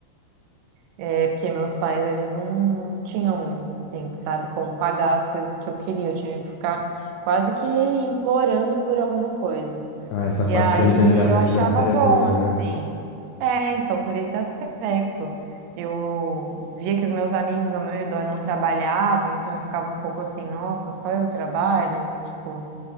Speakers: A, on the right (about 90°); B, on the left (about 85°).
A: É porque meus pais, eles não, não tinham, assim, sabe, como pagar as coisas que eu queria. Eu tinha que ficar quase que implorando por alguma coisa.
B: Ah, essa parte
A: E aí
B: da liberdade
A: eu
B: financeira
A: achava bom,
B: é boa,
A: assim.
B: né?
A: É, então, por esse aspecto. Eu via que os meus amigos ao meu redor não trabalhavam, então eu ficava um pouco assim, nossa, só eu trabalho? Tipo,